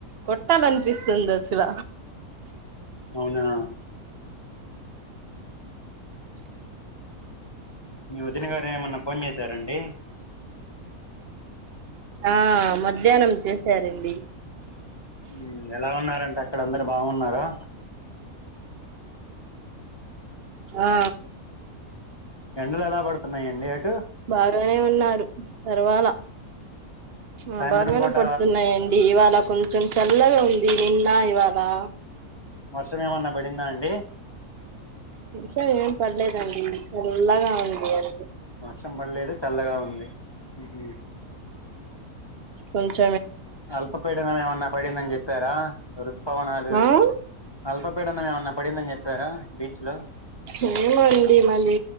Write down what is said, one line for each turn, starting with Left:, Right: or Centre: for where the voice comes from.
Right: కొట్టాల అనిపిస్తుంది అసల
Left: అవునా నివు దిను గారు ఏమన్నా ఫోన్ చేశారండి
Right: ఆ మధ్యాహ్నం చేశారండి
Left: హ్ ఎలా ఉన్నారం అక్కడ అందరు బావున్నారా
Right: ఆ
Left: ఎండలు ఎలా పడుతున్నాయండి అటు
Right: బారనే ఉన్నారు పర్వాల ఆ
Left: సాయంత్రం
Right: బాగానే
Left: పూట
Right: పడుతున్నాయండి ఇవాళ కొంచెం చల్లగా ఉంది నిన్న ఇవ్వలా
Left: వర్షము ఏమన్నా పడిందా అండి
Right: విరుప ఏమ్ పడలేదండీ చల్లగా ఎమ్ చేయాలండి
Left: వర్షం పడలేదు చల్లగా ఉంది మ్మ్ హు
Right: కొంచ్
Left: అల్పపీడనం ఏమన్నా పడిందని చెప్పారా ఋతుపవనాలు
Right: ఆ
Left: అల్ప పీడన్నా ఏమన్నా పడిందని చెప్పారా బీచ్ లో
Right: ఏమండి మళ్లి